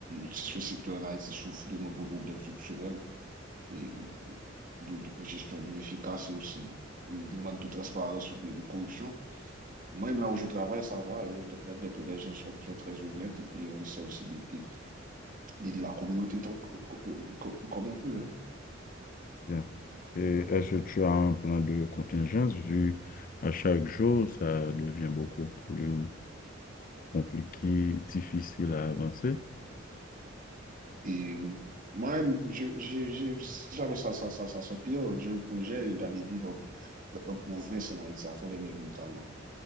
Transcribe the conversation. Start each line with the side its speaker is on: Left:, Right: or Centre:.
Right: ce secteur en Haïti souffre de nombreux problèmes structurels et de, de gestion inefficace et aussi une manque de transparence ou de de corruption, même là où je travaille, ça va. Et la- la- les gens sont, sont très honnêtes et puis on essaie aussi d'aider d'aider la communauté tant que- que- que- comme on peut. hein.
Left: Bien. Et est-ce que tu as un plan de contingence vu à chaque jour, ça devient beaucoup plus compliqué, difficile à avancer?
Right: Et moi, je, je, je- si jamais ça, ça, ça, ça s'empire, j'ai un projet d'aller vivre en, en province en Haïti, à Fort-des-Nègres notamment.